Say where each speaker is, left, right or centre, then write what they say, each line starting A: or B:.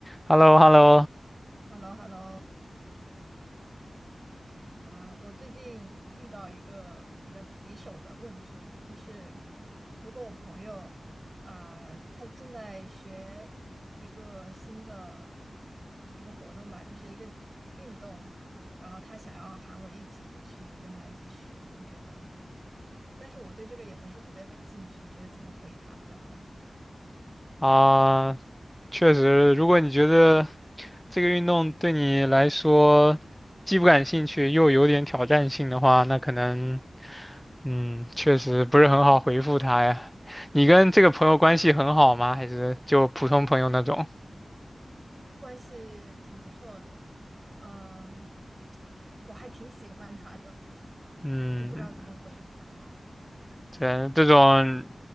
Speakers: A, in the centre; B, on the right (about 40°).
A: h e l l o h e l l o
B: h e l l o h e l l o 啊，我最近遇到一个比较棘手的问题，就是如果我朋友啊，他正在学一个新的一个活动吧，就是一个运动，然后他想要喊我一起去跟他一起学，你觉得？但是我对这个也不是特别感兴趣，你觉得怎么回他比较好？
A: 啊，确实，如果你觉得这个运动对你来说既不感兴趣又有点挑战性的话，那可能，嗯，确实不是很好回复他呀。你跟这个朋友关系很好吗？还是就普通朋友那种？
B: 关系挺不错的，嗯，我还挺喜欢他的，
A: 嗯，
B: 就不知道怎么回比较好。
A: 这这种